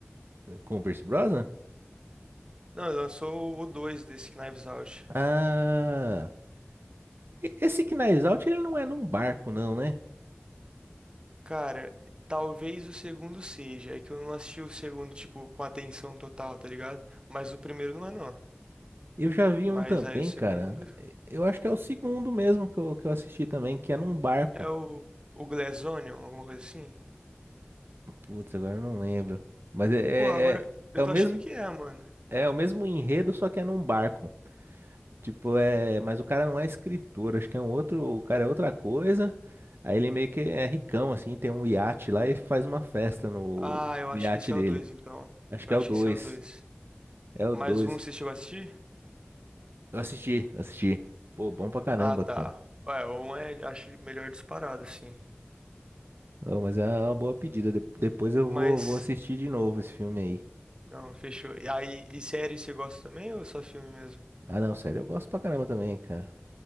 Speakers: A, on the right (about 60°); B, on the right (about 20°).
A: com o Pierce Brosnan?
B: Não, lançou o 2 desse Knives Out.
A: Ah. e- Esse Knives Out, ele não é num barco, não, né?
B: Cara, talvez o segundo seja. É que eu não assisti o segundo, tipo, com atenção total, tá ligado? Mas o primeiro não é, não.
A: Eu já vi
B: Mas
A: um também,
B: aí o segundo.
A: cara. E- Eu acho que é o segundo mesmo que eu, que eu assisti também, que é num barco.
B: É o. O Glass Onion, alguma coisa assim?
A: Putz, agora eu não lembro. Mas é,
B: Pô, agora.
A: é, é
B: Eu
A: é
B: tô
A: o mesmo,
B: achando que é, mano.
A: é o mesmo enredo, só que é num barco. Tipo, é. Mas o cara não é escritor, acho que é um outro. O cara é outra coisa. Aí ele meio que é ricão, assim, tem um iate lá e faz uma festa no,
B: Ah, eu
A: no
B: acho
A: iate
B: que esse
A: dele.
B: é o 2, então.
A: Acho que
B: Eu
A: é
B: acho
A: o dois,
B: que esse é o 2.
A: É o
B: Mais
A: 2.
B: um, você chegou a assistir?
A: Eu assisti, assisti. Pô, bom pra caramba,
B: Ah, tá.
A: cara.
B: É, um é, acho melhor disparado, assim.
A: Ô, mas é uma boa pedida. de- depois eu
B: Mas,
A: vou, vou assistir de novo esse filme aí.
B: não, fechou. E aí, e série você gosta também ou só filme mesmo?
A: Ah, não, sério, eu gosto pra caramba também, cara.